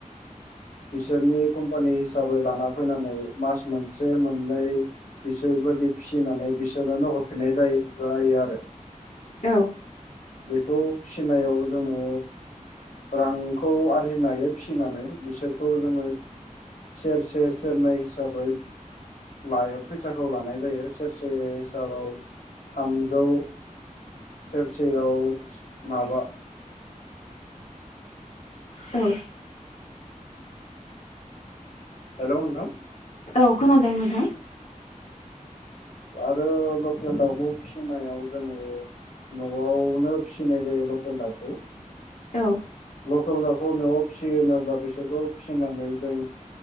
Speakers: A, on the left; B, on the left.
A: बिसोरनि कम्पानि हिसाबै लाना फैनानै मास मोनसे मोननै बिसोरबायदि फिसिनानै बिसोरनोनो हरफिननाय जायो जायो आरो।
B: औ
A: बेखौ फिनायाव जोङो रांखौ आरजिनो हायो फिसिनानै बिसोरखौ जोङो सेरसे सेरनै हिसाबै लायो फैसाखौ लानाय जायो सेरसे हिसाबाव थामजौ सेरसेयाव माबा
B: औ
A: हेलौ नोंथां।
B: औ खोनादों नोंथां।
A: आरो लकेल दाउखौ फिसिनायाव जोङो न'आवनो फिसिनाय जायो लकेल दाउखौ।
B: औ
A: लकेल दाउखौ न'आव फिसियो होनोब्ला बिसोरखौ फिसिनानै जों